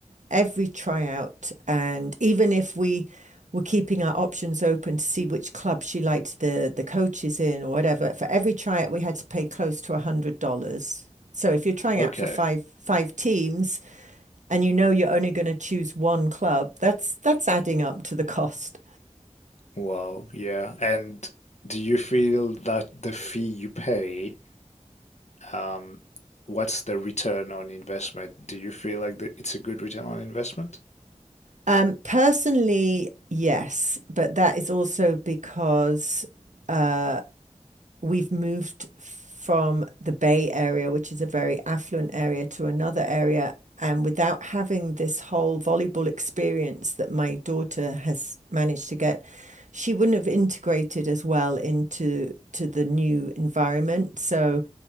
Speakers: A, on the right (about 75°); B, on the left (about 65°).
A: every tryout. And even if we were keeping our options open to see which club she liked the the coaches in or whatever, for every tryout we had to pay close to a hundred dollars. So if you're trying
B: okay,
A: out for five five teams and you know you're only going to choose one club, that's that's adding up to the cost.
B: well, yeah. And do you feel that the fee you pay, um, what's the return on investment? Do you feel like that it's a good return on investment?
A: Um, personally, yes, but that is also because uh, we've moved from the Bay Area, which is a very affluent area, to another area. And without having this whole volleyball experience that my daughter has managed to get, she wouldn't have integrated as well into to the new environment. So,